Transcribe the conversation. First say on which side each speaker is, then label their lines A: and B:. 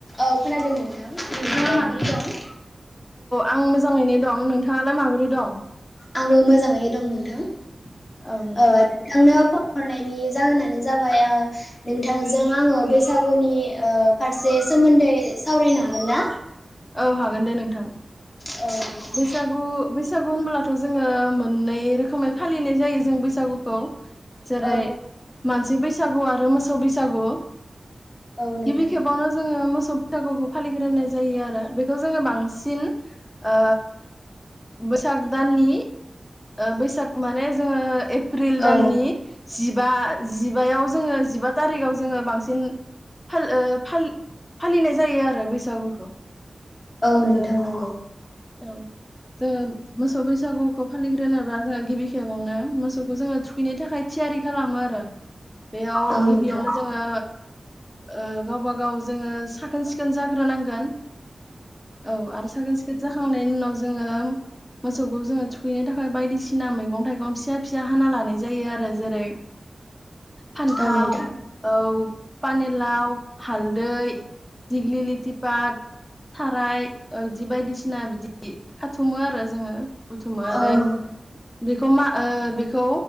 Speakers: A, on the left; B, on the left.
A: औ खोनादों नोंथां नोंथाङा
B: औ
A: माबोरै
B: नोंथां
A: दं?
B: आं मोजाङैनो दं औ नोंथाङालाय माबोरै दं?
A: आंबो मोजाङैनो दं नोंथां। ओ
B: औ नोंथां
A: नोंथांनो फन हरनायनि जाहोनानो जाबाय ओ नोंथांजों आङो बैसागुनि ओ फारसे सोमोन्दै सावरायनो हागोन ना?
B: औ हागोन दे नोंथां।
A: औ नोंथां
B: बैसागु बै बैसागु होनबोलाथ' जोङो मोननै रोखोमै फालिनाय जायो जों बैसागुखौ जेरै
A: औ
B: मानसि बैसागुआ रो मोसौ बैसागु
A: औ नोंथां
B: गिबि खेबावनो जोङो मो <unintelligible> बैसागुखौ फालिग्रोनाय जायो आरो बेखौ जोङो बांसिन ओ बोसाग दाननि ओ बैसाग माने जोङो एप्रिल
A: औ
B: दाननि जिबा जिबायाव जोङो जिबा तारिगाव जोङो बांसिन फाल ओ फाल-फालिनाय जायो आरो बैसागुखौ
A: औ
B: आरो
A: नोंथां नंगौ
B: औ जोङो मोसौ बैसागुखौ फालिग्रोनोब्ला जोंहा गिबि खेबावनो मोसौखौ जोङो थुख थुखैनो थाखाय थियारि खालामो आरो बेयाव
A: औ
B: गिबियावनो
A: नोंथां
B: जोङो ओ गावबा गाव जों साखोन सिख खोन जाग्रोनांगोन औ आरो साखोन सिख नायनि उनाव जोङो मोसौखौ जोङो थुखैनो थाखाय बायदिसिना मैगं थाइगं फिसा फिसा हाना लानाय जायो आरो जेरै फान्थाव
A: औ नोंथां नोंथां
B: औ पानिलाउ हालदै दिग्लि लिथि पात, थाराय इदि बायदि सिना बिदि बिदि खाथुमो आरो जोङो बुथुमो आरो
A: औ नोंथां
B: बेखौ मा ओ बेखौ